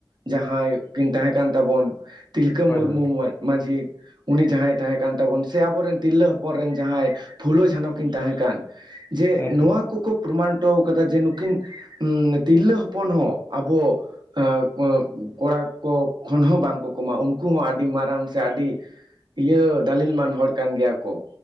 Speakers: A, on the right; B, on the left.
A: ᱡᱟᱦᱟᱸᱭ ᱠᱤᱱ ᱛᱟᱦᱮᱸ ᱠᱟᱱ ᱛᱟᱵᱚᱱ ᱛᱤᱞᱠᱟᱹ ᱢᱩᱨᱢᱩ
B: ᱦᱳᱭ ᱦᱳᱭ
A: ᱢᱟᱹᱡᱷᱤ ᱩᱱᱤ ᱡᱟᱦᱟᱸᱭ ᱛᱟᱦᱮᱸ ᱠᱟᱱ ᱛᱟᱵᱚᱱ ᱥᱮ ᱟᱵᱚᱨᱮᱱ ᱛᱤᱨᱞᱟᱹ ᱦᱚᱯᱚᱱ ᱨᱮᱱ ᱡᱟᱦᱟᱸᱭ ᱯᱷᱩᱞᱳ ᱡᱷᱟᱱᱚ ᱠᱤᱱ ᱛᱟᱦᱮᱸ ᱠᱟᱱ ᱡᱮ
B: ᱦᱳᱭ
A: ᱱᱚᱣᱟ ᱠᱚᱠᱚ ᱯᱨᱚᱢᱟᱱᱴᱚ ᱠᱟᱫᱟ ᱡᱮ ᱱᱩᱠᱤᱱ ᱦᱩᱸ ᱛᱤᱨᱞᱟᱹ ᱦᱚᱯᱚᱱ ᱦᱚᱸ ᱟᱵᱚ ᱦᱟᱸ ᱠᱚᱵ ᱠᱚᱲᱟ ᱠᱚ ᱠᱷᱚᱱ ᱦᱚᱸ ᱵᱟᱝᱠᱚ ᱠᱚᱢᱟ ᱩᱱᱠᱩ ᱦᱚᱸ ᱟᱹᱰᱤ ᱢᱟᱨᱟᱝ ᱥᱮ ᱟᱹᱰᱤ ᱤᱭᱟᱹ ᱫᱟᱹᱟᱞᱤᱞ ᱢᱟᱱ ᱦᱚᱲ ᱠᱟᱱ ᱜᱮᱭᱟ ᱠᱚ